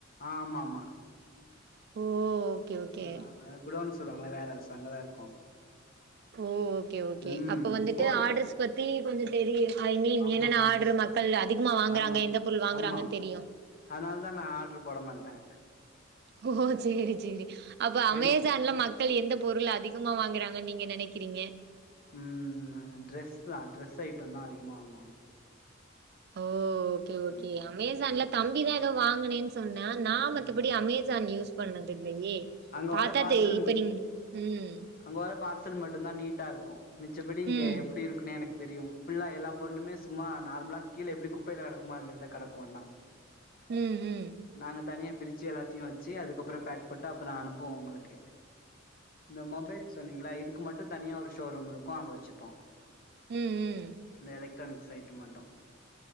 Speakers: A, on the left; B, on the right.
A: ஆ ஆமா மா
B: ஓ ஓகே ஓகே
A: ஃபுல்லா அது குடோன்னு சொல்லுவாங்கள வேர்ஹவுஸ் அங்க தா இருக்கோ
B: ஓ ஓகே ஓகே
A: ம்
B: அப்ப வந்துட்டு
A: ஃபோன்
B: ஆர்ட்ரஸ் பத்தி கொஞ்சோ தெரியு ஐ மீன்
A: ஆமா
B: என்னென்ன
A: ஹாஸ்
B: ஆர்டரு மக்கள் அதிகமா வாங்குறாங்க
A: ஆ
B: எந்த பொருள் வாங்குறாங்கன்
A: ஆமா
B: தெரியு
A: அதனால தா நா ஆர்டரு போட மாட்ட
B: ஓ சேரி சேரி அப்ப அமே
A: என்ன
B: சான்ல மக்கள் எந்த பொருள் அதிகமா வாங்குறாங்கன் நீங்க நெனைக்குறீங்க
A: ம் ட்ரெஸ் தா ட்ரெஸ் ஐட்டம் தா அதிகமா வாங்குவாங்க
B: ஓ ஓகே ஓகே
A: ம்
B: அமேசான்ல தம்பி தா எதோ வாங்குனேன் சொன்னா நா மத்தபடி
A: ம்
B: அமேசான் யூஸ் பண்ணதில்லயே
A: அங்க
B: பாத்தா
A: வர பார்சல்
B: தெரியு இப்ப நீங்க ம்
A: அங்க உள்ள பார்சல் மட்டு தா நீட்டா இருக்கு மிச்சப்படி
B: ம்.
A: இங்க எப்டி இருக்குனே எனக் தெரியு ஃபுல்லா எல்லா பொருளுமே சும்மா நார்மலா கீழ எப்டி குப்பைல கெடக்குமா அது மாரிதா கெடக்கு ஒன்னா
B: ம். ம்.
A: நாங்க தனியா பிரிச்சு எல்லாத்தையு வெச்சு அதுக்கப்றோ பேக் போட்டு அப்பறோ அனுப்புவோ உங்களுக்கு இந்த மொபைல் சொன்னீங்கள இதுக்கு மட்டு தனியா ஒரு ஷோரூம் இருக்கு அங்க வச்சுப்போ
B: ம். ம்.
A: இந்த எலெக்ட்ரானிக்ஸ் ஐட்டம் மட்டு